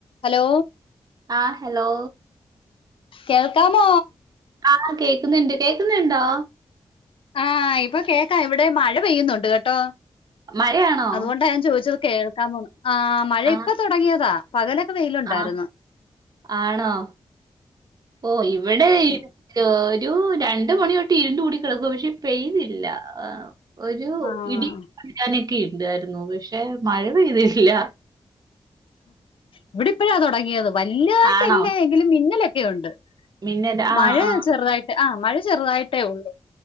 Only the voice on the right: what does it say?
ആഹ്‌.. hello
ആഹ്‌ കേക്കുന്നുണ്ട് കേക്കുന്നുണ്ടോ?
മഴയാണോ
ആഹ്
ആഹ് ആണോ ഓ യിവടെ ഓരൂ രണ്ട് മണിതൊട്ട് ഇരുണ്ടുടി കിടക്ക പക്ഷെ പെയ്തില്ല ഒരു
ഇടി <unintelligible> പക്ഷെ മഴ പെയ്തില്ല
ആണോ
മിന്നൽ ആഹ്
ആഹ്